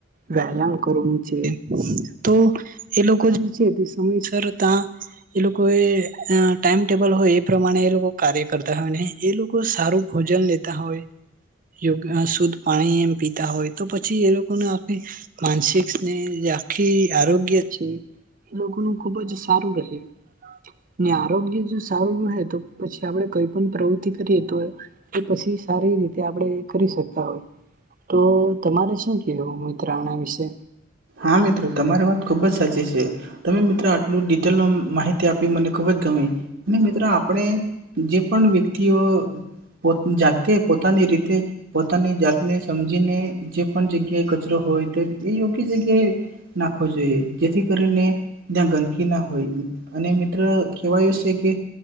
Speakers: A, on the right; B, on the right.
A: વ્યાયામ કરવું છે તો એ લોકો જે છે તે સમયસરતા એ લોકો એ અ ટાઈમ ટેબલ હોય એ પ્રમાણે એ લોકો કાર્ય કરતા હોય નહી એ લોકો સારું ભોજન લેતા હોય યોગ શુદ્ધ પાણી એમ પીતા હોય તો પછી એ લોકોને આ માનસિક સ્નેહ આખી આરોગ્ય છે એ લોકોનું ખુબ જ સારું રહે ને આરોગ્ય જો સારું રહે તો પછી આપડે કઈ પણ પ્રવૃતિ કરીએ તો એ પછી સારી રીતે આપડે કરી શકતા હોય તો તમારે શું કેહવું મિત્ર આના વિશે
B: હા મિત્ર તમારી વાત ખુબજ સાચી છે. તમે મિત્રો આટલું ડિટેલમાં માહિતી આપી મને ખુબજ ગમી અને મિત્રો આપણે જે પણ વ્યક્તિઓ પો જાતે પોતાની રીતે પોતાની જાતને સમજીને જે પણ જગ્યાએ કચરો હોય તો એ યોગ્ય જગ્યાએ નાખવો જોઈએ જેથી કરીને. ત્યાં ગંદકી ના હોય અને મિત્ર કેવાયું છે, કે.